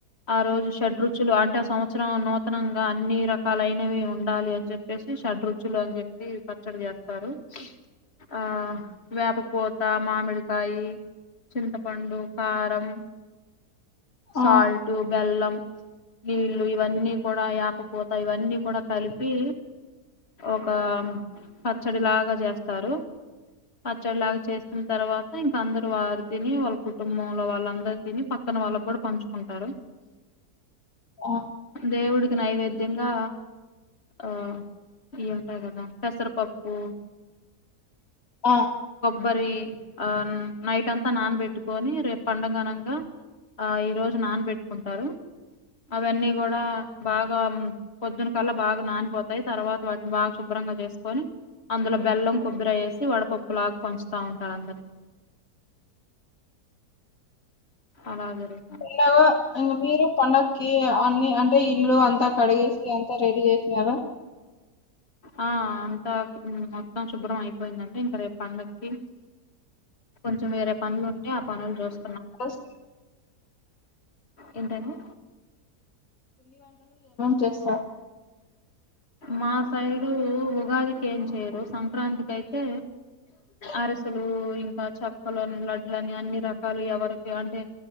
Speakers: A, on the left; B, on the left.
A: ఆ రోజు షర్ట్ రుచులు అంటే ఆ సంవత్సరం నంగా అన్ని రకాలైనవి ఉండాలి అని చెప్పేసి షడ్రుచులు అని చెప్పి చేస్తారు ఆ వేప పూత మామిడికాయ చింతపండు కారం
B: ఆ
A: సాల్ట్ బెల్లం నీళ్ళు ఇవన్నీ కూడా వేపపూతా ఇవన్నీ కూడా కలిపి ఒక పచ్చడిలాగా చేస్తారు పచ్చడిలాగా చేసిన తర్వాత ఇంక అందరు వారు తిని వాళ్ళు కు టుంబంలో వాళ్ళందరు తిని పక్కన వాళ్ళకి కూడా పంచుకుంటారు
B: ఆ
A: దేవుడికి నైవేద్యంగా ఆ ఏ ట్టాయ్ కదా పెసరపప్పు
B: ఆ
A: బరి ఆ నైట్ అంతా నాన్ బెట్ కోని రేపు పండగనంగా ఆ ఈ రోజు నానబెట్టుకుంటారు అవన్నీ కూడా బాగా పొద్దున్న కల్లా బాగా నానిపోతాయ్ తర్వాత వాటిని బాగా శుభ్ర బ్రాంగా చేసుకొని అందులో బెల్లం కొబ్బర ఏసి వడపప్పు లాగా పంచుతా ఉంటారు అందరికి అలా జరుగుత
B: లో ఇంగ మీరు పండగకి అన్ని అంటే ఇల్లు అంతా కడిగేసి అంత రెడీ చేసినరా
A: ఆ ఆ ఆ హు మొత్తం శుభ్రం అయిపోయిందండి ఇంకా రేపు పండక్కి కొంచెం వేరే పనులు ఉంటే ఆ పనులు చూస్
B: స్త
A: ఏంటండి
B: జెస్స
A: మా సైడు ఉగాదికి ఏం చేయరు సంక్రాంతికి అయితే అరిసలు కు ఇంకా చెక్కలు అని లడ్ల అని అన్ని రకాలు ఎవరికి అంటే